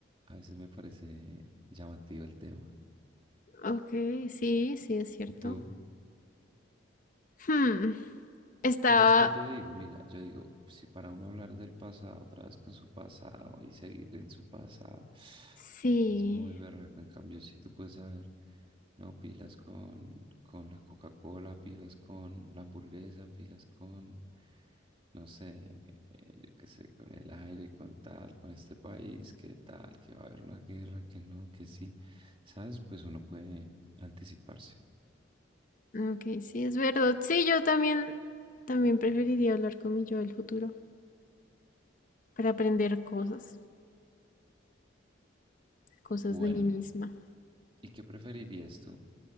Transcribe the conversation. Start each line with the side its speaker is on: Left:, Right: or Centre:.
Right: A veces me parece llamativo el tema.
Left: Ok, sí, sí es cierto.
Right: ¿Y tú?
Left: Hmm, Estaba,
Right: Pues es que yo digo, mira, yo digo, si para uno hablar del pasado otra vez con su pasado y seguir en su pasado, <sniffs>
Left: sí,
Right: es muy berraco. En cambio, si tú puedes saber, no, pilas con, con la Coca-Cola, pilas con la hamburguesa, pilas con, no sé, eh, yo qué sé, con el aire, con tal, con este país, que tal, que va a haber una guerra, que no, que sí. ¿Sabes? Pues uno puede anticiparse.
Left: ok, sí, es verdad. Sí, yo también, también preferiría hablar con mi yo del futuro para aprender cosas, cosas
Right: Bueno,
Left: de mí misma.
Right: ¿y qué preferirías tú?